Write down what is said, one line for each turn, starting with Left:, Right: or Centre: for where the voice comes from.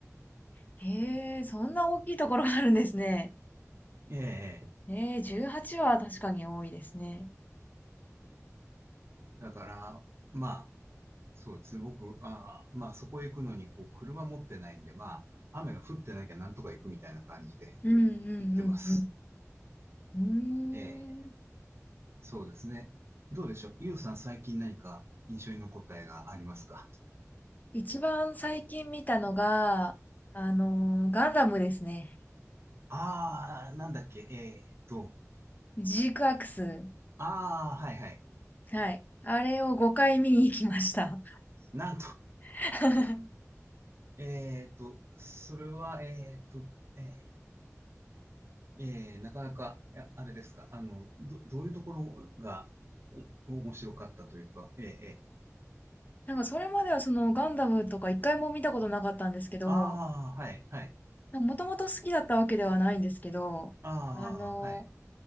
Left: へえ、そんな大きいところがあるんですね。
Right: ええ、ええ
Left: ええ、18はちは確かに多いですね。
Right: だから、まあ、そうですね。僕、あーまあ、そこへ行くのに、こう、車持ってないんで、まあ、雨が降ってなきゃなんとか行くみたいな感じで
Left: うんうんうん
Right: <laughs> 行ってます。
Left: うん。
Right: ええ、
Left: うーん。
Right: そうですね。どうでしょう。ゆうさん、最近何か印象に残った映画ありますか
Left: 一番最近見たのが、あのーガンダムですね。
Right: ああー、なんだっけ、えーっと、
Left: ジークアクス。
Right: ああ、はいはい。
Left: はい。あれを5回見に行きました。
Right: なんと、
Left: <laughs>
Right: えっと、それは、えっと、えーえーなかなか、いやあれですか、あの、ど、どういうところが、お、面白かったというか、えーえ
Left: なんかそれまではそのガンダムとか一回も見たことなかったんですけど、
Right: ー、ああ、はい、はい、
Left: もともと好きだったわけではないんですけど、
Right: ああ、
Left: あのー
Right: はい、